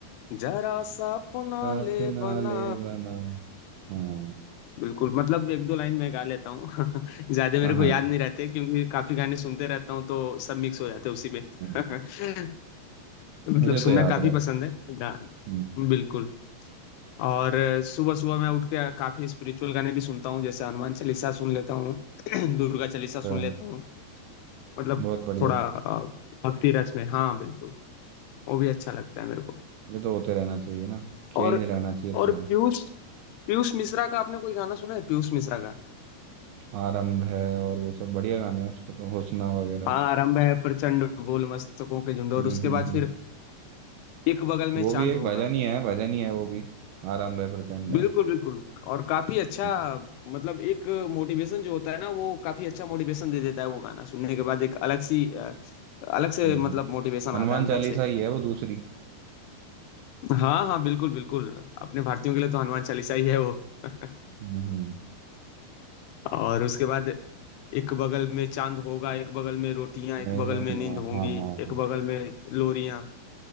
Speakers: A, on the left (about 80°); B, on the right (about 80°).
A: जरा सा अपना
B: अपना
A: ले बना
B: ले बना हाँ
A: बिल्कुल मतलब एक दो लाइन मैं गा लेता हूँ <laughs> ज्यादा मेरे
B: हाँ हाँ
A: को याद नहीं रहते क्योंकि काफी गाने सुनते रहता हूँ तो सब मिक्स हो जाते हैं उसी में <laughs>
B: हाँ।
A: मतलब
B: मुझे तो
A: सुनना
B: याद
A: काफी
B: रहता
A: पसंद
B: है
A: है गा-
B: हम्म,
A: बिल्कुल और सुबह सुबह मैं उठ के काफी स्पिरिचुअल गाने भी सुनता हूँ जैसे हनुमान चालीसा सुन लेता हूँ <clears throat> दुर्गा चालीसा
B: अच्छा
A: सुन लेता हूँ मतलब
B: बहुत बढ़िया
A: थोड़ा अ, भक्ति रस में हाँ बिल्कुल वो भी अच्छा लगता है मेरे को
B: ये तो होते रहना चाहिए ना चेंज
A: और
B: रहना चाहिए थोड़ा
A: और पीयूष पीयूष मिश्रा का आपने कोई गाना सुना है पीयूष मिश्रा का
B: आरंभ है और वो सब बढ़िया गाने हैं उसके तो हुस्ना वगैरह
A: हाँ आरंभ है प्रचंड बोल मस्तकों के झुंड और
B: हम्म
A: उसके
B: हम्म
A: बाद
B: हम्म
A: फिर एक बगल में
B: वो
A: चांद
B: भी एक
A: होगा
B: भजन ही है भजन ही है वो भी आरंभ है प्रचंड
A: बिल्कुल
B: है
A: बिल्कुल और काफी अच्छा
B: हम्म
A: मतलब एक मोटिवेशन जो होता है ना वो काफी अच्छा मोटिवेशन दे देता है वो गाना सुनने के बाद एक अलग सी अ, अलग से
B: हम्म।
A: मतलब मोटिवेशन
B: हनुमान
A: आता है अंदर
B: चालीसा
A: से
B: ही है वो दूसरी
A: हाँ हाँ बिल्कुल बिल्कुल अपने भारतीयों के लिए तो हनुमान चालीसा ही है वो <laughs>
B: हम्म
A: और उसके बाद एक बगल में चांद होगा एक बगल में रोटियां एक
B: एक
A: बगल
B: और
A: में नींद
B: हाँ
A: होंगी
B: हाँ हाँ
A: एक
B: हाँ।
A: बगल में लोरियां